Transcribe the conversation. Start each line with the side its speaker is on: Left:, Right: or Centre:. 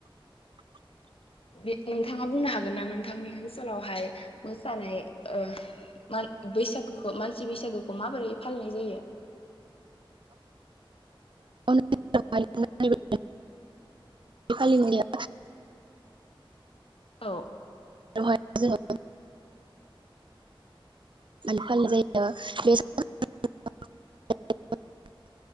Right: <unintelligible>
Left: बे नोंथाङा बुंनो हागोन ना नोंथांनि ओनसोलावहाय मोसानाय ओ बैसागुखौ मानसि बैसागुखौ माबोरै फालिनाय जायो
Right: <unintelligible>
Left: औ
Right: दहाय जोङो <unintelligible>